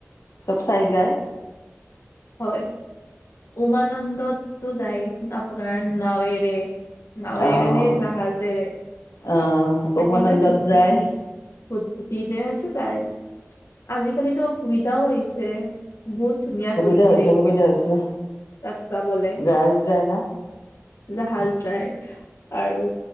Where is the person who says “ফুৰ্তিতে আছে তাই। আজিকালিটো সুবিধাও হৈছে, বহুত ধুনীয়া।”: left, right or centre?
Left